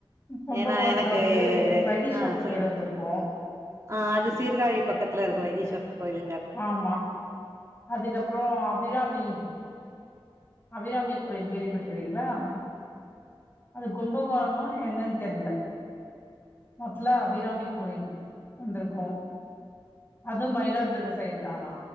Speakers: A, on the left; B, on the right.
A: கும்பகோணத்துல
B: ஏனா எனக்கு
A: வந்து வைத்தீஸ்வரர்
B: ஆ சொல்லுங்க
A: கோயில் வந்திருக்கோ
B: தோ ஆ அது சீர்காளி பக்கத்துல இருக்கு வைத்தீஸ்வரன் கோயிலுங்கள்
A: ஆமா அதுக்கப்ரோ அபிராமி அபிராமி கோயில் கேள்விப்பட்டுறிங்ளாம் அது கும்பகோணமா என்னன் தெர்ல மட்டுல அபிராமி கோயில் வந்துருக்கோ அது மயிலாடுதுறை சைடு தானா